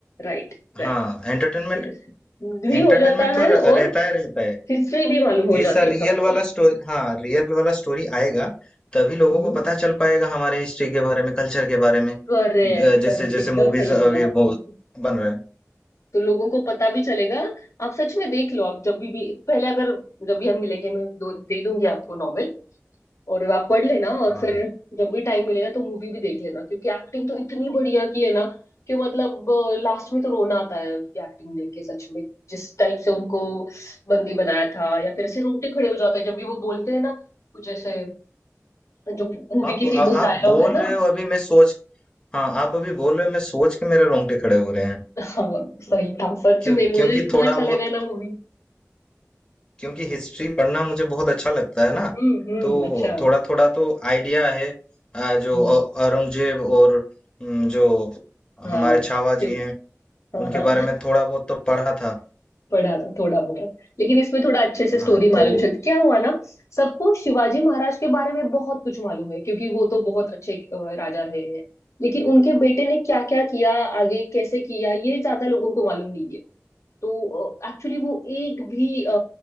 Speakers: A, on the left (about 70°); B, on the left (about 15°).
A: राइट
B: हाँ,
A: राइट
B: एंटरटेनमेंट
A: यस भी हो
B: एंटरटेनमेंट
A: जाता
B: तो
A: है
B: र
A: और
B: रहता है रहता है।
A: हिस्ट्री भी मालूम हो
B: ऐसा
A: जाती है
B: रियल
A: सबको
B: वाला स्टो हाँ, रियल वाला स्टोरी आएगा, तभी लोगों
A: हम्म।
B: को पता चल पाएगा हमारे हिस्ट्री के बारे में, कल्चर के बारे में। अ,
A: करेक्ट करेक्ट
B: जैसे-जैसे
A: एकदम
B: मूवीज़
A: सही
B: अभी
A: बोला
B: वो
A: आपने
B: बन रहा है।
A: तो लोगों को पता भी चलेगा आप सच में देख लो आप जब भी, भी पहले अगर जब भी हम मिलेंगे मैं दो दे दूंगी आपको नॉवेल और आप पढ़ लेना और
B: हाँ।
A: फिर जब भी टाइम मिले ना तो मूवी भी देख लेना क्योंकि एक्टिंग तो इतनी बढ़िया की है ना कि मतलब लास्ट में तो रोना आता है उनकी एक्टिंग देख के सच में जिस टाइप से उनको बंदी बनाया था या फिर ऐसे रोंगटे खड़े हो जाते हैं जब भी वो बोलते हैं ना कुछ ऐसे जो मूवी
B: आप
A: के
B: आ,
A: फेमस डायलॉग
B: आप बोल
A: है ना
B: रहे हो अभी मैं सोच हाँ आप अभी बोल रहे हो मैं सोच के मेरे रोंगटे खड़े हो रहे हैं
A: हाँ सही था सच
B: क्यों
A: में मुझे
B: क्योंकि
A: इतना
B: थोड़ा
A: अच्छा
B: बहुत
A: लगा ना मूवी
B: क्योंकि हिस्ट्री पढ़ना मुझे बहुत अच्छा लगता है ना
A: हम्म हम्म
B: तो
A: अच्छा
B: थोड़ा थोड़ा तो आइडिया है आ, जो
A: हम्म,
B: औ- औरंगजेब और हम्म, जो
A: हाँ
B: हमारे छावा
A: सिर्फ
B: जी हैं
A: हाँ
B: उनके
A: हाँ
B: बारे में थोड़ा बहुत तो पढ़ा था
A: पढ़ा था थोड़ा बहुत लेकिन इसमें थोड़ा अच्छे से
B: हाँ
A: स्टोरी मालूम
B: तो
A: चलती क्या हुआ ना सबको शिवाजी महाराज के बारे में बहुत कुछ मालूम है क्योंकि वो तो बहुत अच्छे अ, राजा रहे हैं लेकिन उनके बेटे ने क्या क्या किया आगे कैसे किया ये ज्यादा लोगों को मालूम नहीं है तो एक्चुअली वो एक भी अ,